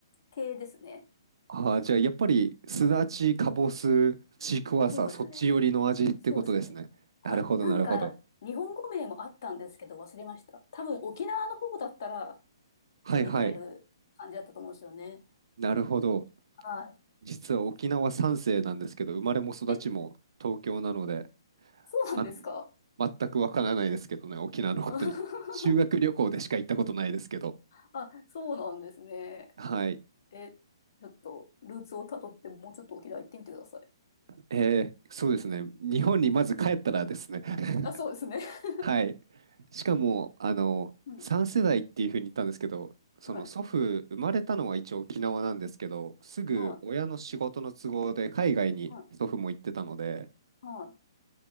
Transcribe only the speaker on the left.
系ですね。
うん。
そうですね。
そうですね。はい。
なんか、
日本語名もあったんですけど、忘れました。多分沖縄の方だったら
手に入る感じだったと思うんですよね。
はい。
え、そうなんですか
<laughs>
あ、そうなんですね。
え、ちょっと、ルーツをたどって、もうちょっと沖縄行ってみてください。
あ、そうですね。<laughs>
うん。
はい。
はい。はい。はい。